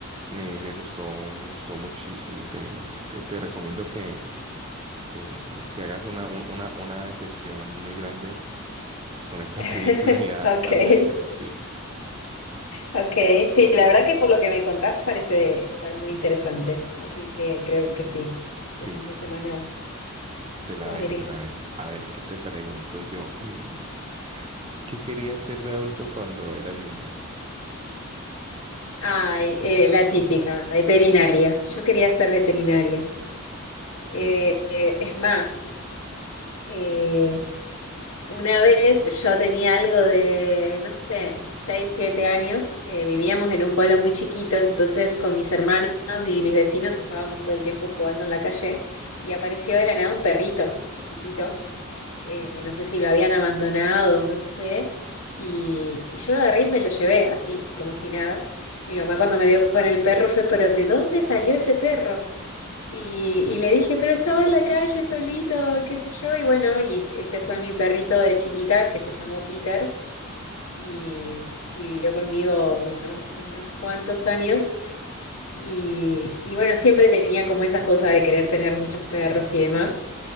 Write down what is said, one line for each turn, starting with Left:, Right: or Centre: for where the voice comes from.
Right: me, me gustó, me gustó muchísimo. Te, te, te recomiendo que, que, que hagas una, un- una, una excepción muy grande con esta
Left: <laughs>
Right: <laughs> película y Adam
Left: Okay,
Right: Sandler, <laughs> sí.
Left: okay, sí, la verdad que por lo que me contás parece estar muy interesante, así que creo que sí, este
Right: Sí,
Left: fin
Right: sí,
Left: de semana
Right: te la
Left: la
Right: ves,
Left: veré.
Right: te la ves. A ver, ¿qué te pregunto yo? Hmm, ¿Qué querías ser de adulto cuando eras niña?
Left: Ay, eh, la típica, veterinaria. Yo quería ser veterinaria. Eh,
Right: Veterinario.
Left: eh, es más, eh, Una vez yo tenía algo de, no sé, 6 7 años, eh, vivíamos en un pueblo muy chiquito, entonces con mis hermanos y mis vecinos estábamos todo el tiempo jugando en la calle y apareció de la nada un perrito chiquitito, eh, no sé si lo habían abandonado, no sé, y, y yo lo agarré y me lo llevé así, como si nada. Mi mamá cuando me vio con el perro fue, pero ¿de dónde salió ese perro? Y, y le dije, pero estaba en la calle solito, qué sé yo. Y bueno, y ese fue mi perrito de chiquita que se llamó Peter y, y vivió conmigo uno- unos cuantos años. Y, y bueno, siempre tenía como esas cosas de querer tener muchos perros y demás.